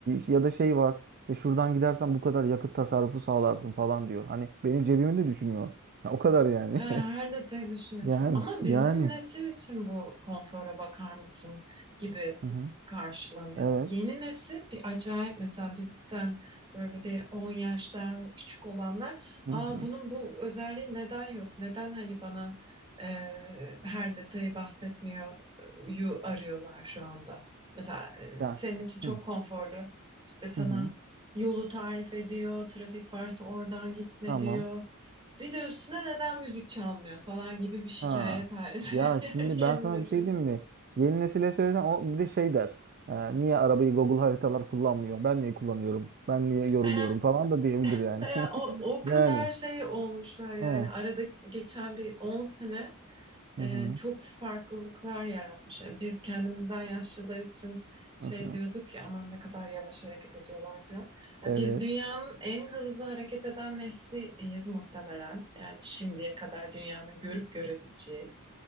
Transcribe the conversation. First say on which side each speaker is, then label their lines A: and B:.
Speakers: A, on the right (about 45°); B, on the right (about 25°).
A: ya da şey var işte şuradan gidersen bu kadar yakıt tasarrufu sağlarsın falan diyor. Hani benim cebimi de düşünüyor. Ya o kadar yani.
B: E, Her
A: <laughs>
B: detayı düşünüyor.
A: Yani
B: Ama
A: yani.
B: bizim nesil için bu konfora bakar mısın gibi
A: Hı hı.
B: karşılanıyor.
A: Evet.
B: Yeni nesil bir acayip mesela bizden böyle bir 10 yaşta küçük olanlar
A: Hı
B: Aa,
A: hı.
B: bunun bu özelliği neden yok? Neden hani bana e, her detayı bahsetmiyor e, yu arıyorlar şu anda. Mesela e,
A: Ya.
B: senin için çok
A: Hı
B: konforlu işte sana
A: hı. hı.
B: yolu tarif ediyor, trafik varsa oradan gitme
A: Tamam.
B: diyor. Bir de üstüne neden müzik çalmıyor falan gibi bir şikayet
A: Ha.
B: halinde
A: Ya
B: <laughs> yani
A: şimdi
B: yeni
A: ben sana
B: nesil.
A: bir şey diyeyim mi? Yeni nesile söylesen o bir de şey der. "Ee, niye arabayı Google haritalar kullanmıyor? Ben niye kullanıyorum? Ben niye yoruluyorum
B: <laughs>
A: falan da diyebilir yani.
B: Ya
A: <laughs>
B: o, o kadar
A: Yani.
B: şey olmuşlar yani
A: Ha.
B: arada geçen bir 10 sene
A: Hı
B: e,
A: hı.
B: çok farklılıklar yaratmış. Yani biz kendimizden yaşlılar için şey
A: Hı hı.
B: diyorduk ya aman ne kadar yavaş hareket ediyorlar falan. Ya
A: Evet.
B: biz dünyanın en hızlı hareket eden nesliyiz muhtemelen. Yani şimdiye kadar dünyanın görüp görebileceği